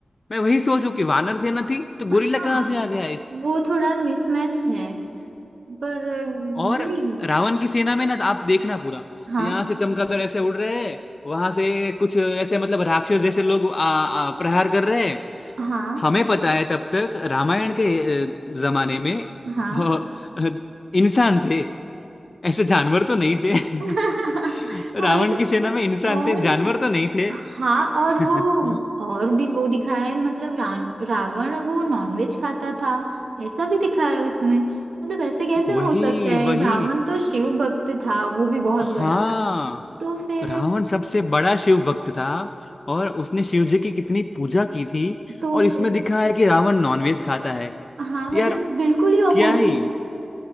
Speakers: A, on the left; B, on the right.
A: मैं वही सोचू कि वानर सेना थी तो
B: हाँ
A: गोरिल्ला कहाँ से आ गया
B: वो थोड़ा मिसमैच है पर
A: और
B: वही
A: रावण की सेना में ना आप देखना पूरा
B: हाँ
A: यहाँ से चमगादड़ ऐसे उड़ रहे हैं वहां से कुछ ऐसे मतलब राक्षस जैसे लोग आ, आ, प्रहार कर रहे हैं
B: हाँ
A: हमें पता है तब तक रामायण के अ, जमाने में
B: हाँ
A: अ, अ, इंसान थे ऐसे जानवर तो नहीं थे
B: <laughs>
A: <laughs> रावण
B: वही तो
A: की सेना में इंसान
B: और
A: थे जानवर तो नहीं थे
B: हाँ और
A: <laughs>
B: वो और भी वो दिखाया है मतलब रान- रावण वो नॉनवेज खाता था ऐसा भी दिखाया है उसमें मतलब ऐसे कैसे
A: वही
B: हो सकता है
A: वही
B: रावण तो शिव भक्त था वो भी बहुत
A: हाँ
B: बड़ा तो फिर
A: रावण सबसे बड़ा शिव भक्त था और उसने शिव जी की कितनी पूजा की थी
B: तो
A: और इसमें
B: फिर
A: दिखा है कि रावण नॉनवेज खाता है
B: हाँ मतलब
A: यार
B: बिल्कुल ही ऑपोजिट
A: क्या ही